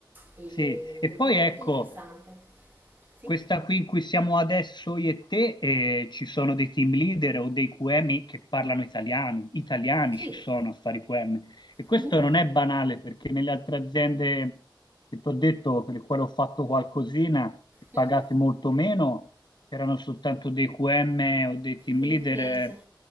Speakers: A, on the right (about 20°); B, on the left (about 60°).
A: e
B: Sì, e
A: lo
B: poi
A: trovo molto
B: ecco.
A: interessante. Sì?
B: Questa qui in cui siamo adesso io e te, eh, ci sono dei team leader o dei QM che parlano italiano, italiani
A: Sì.
B: ci sono a fare QM e questo
A: Mhm,
B: non è banale perché nelle altre aziende che ti ho detto, per le quali ho fatto qualcosina e
A: mhm.
B: pagati molto meno, c'erano soltanto dei QM o dei team
A: In
B: leader
A: inglese.
B: eh,